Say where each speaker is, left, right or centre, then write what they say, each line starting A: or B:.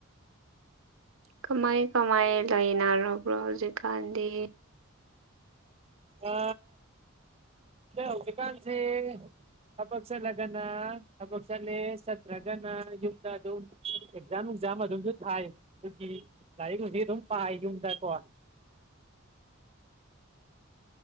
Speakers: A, on the right; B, on the right.
A: ꯀꯃꯥꯏ ꯀꯃꯥꯏ ꯂꯩꯅꯔꯕ꯭ꯔꯣ ꯍꯧꯖꯤꯛꯀꯥꯟꯗꯤ
B: ꯑ ꯍꯧꯗꯨꯀꯥꯟꯁꯤ ꯑ ꯊꯥꯕꯛ ꯆꯠꯂꯒꯅ ꯊꯕꯥꯛꯆꯠꯂꯦ ꯁꯇ꯭ꯔꯒꯅ ꯌꯨꯝꯗ ꯑꯗꯨꯝ ꯑꯦꯛꯖꯝ ꯑꯦꯛꯖꯥꯝ ꯑꯗꯨꯝꯁꯨ ꯊꯥꯏ ꯑꯗꯨꯒꯤ ꯂꯥꯏꯔꯤꯛ ꯍꯧꯅꯨꯡꯁꯨ ꯑꯗꯨꯝ ꯄꯥꯏ ꯌꯨꯝꯗꯀꯣ
A: <unintelligible>